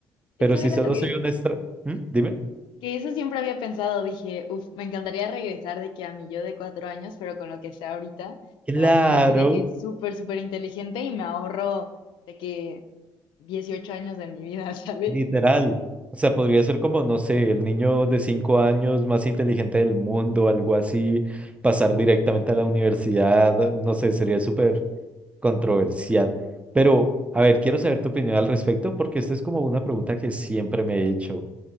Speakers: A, on the right (about 15°); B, on the left (about 75°).
A: Pero
B: Eso
A: si
B: era
A: solo
B: lo que,
A: soy un extra... ¿Mm? Dime.
B: que eso siempre había pensado. Dije, uff, me encantaría regresar de que a mi yo de cuatro años, pero con lo que sea ahorita,
A: Claro.
B: para ser así de que súper, súper inteligente y me ahorro de que 18 años de mi vida, <laughs> ¿sabes?
A: Literal. O sea, podría ser como, no sé, el niño de cinco años más inteligente del mundo, algo así, pasar directamente a la universidad, no sé, sería súper controversial. Pero, a ver, quiero saber tu opinión al respecto porque esta es como una pregunta que siempre me he hecho.